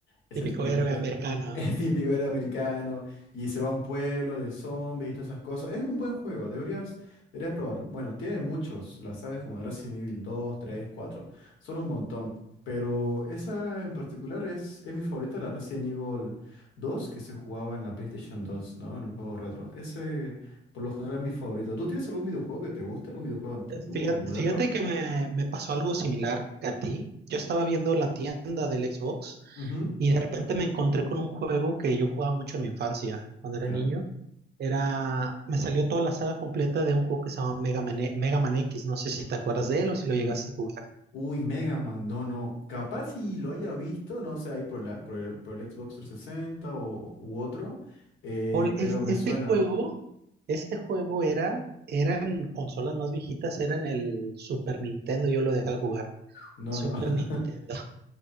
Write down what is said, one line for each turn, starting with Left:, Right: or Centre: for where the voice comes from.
Left: Ese
Right: Típico
Left: típico,
Right: héroe
Left: este-
Right: americano.
Left: <laughs> es típico era americano y se va a un pueblo de zombies y todas esas cosas. Es un buen juego, deberías, deberías probarlo. Bueno, tiene muchos, las sagas como de Resident Evil dos, 3, 4, son un montón. Pero esa en particular es, es mi favorita, la Resident Evil dos que se jugaba en la PlayStation dos, ¿no? En un juego retro. Ese por lo general es mi favorito. ¿Tú tienes algún videojuego que te guste? ¿Algún videojuego antiguo
Right: Eh, Fíjate,
Left: o moderno?
Right: fíjate que me, me pasó algo similar que a ti. Yo estaba viendo la tienda del Xbox
Left: Ujú,
Right: y de repente me encontré con un juego que yo jugaba mucho en mi infancia, cuando
Left: ¿Ya?
Right: era niño. Era, me salió toda la saga completa de un juego que se llama Mega Man, E- Mega Man X. No sé si te acuerdas de él o si lo
Left: Mm,
Right: llegaste a jugar.
Left: Uy, Mega Man, no, no. Capaz si lo haya visto, no sé, ahí por la, por el, por el Xbox trescientos sesenta o, u otro, eh,
Right: Paul, es-
Left: pero me
Right: este
Left: suena.
Right: juego, este juego era, eran consolas más viejitas, eran el Super Nintendo, yo lo dejé jugar.
Left: No,
Right: Super
Left: no. <laughs>
Right: Nintendo.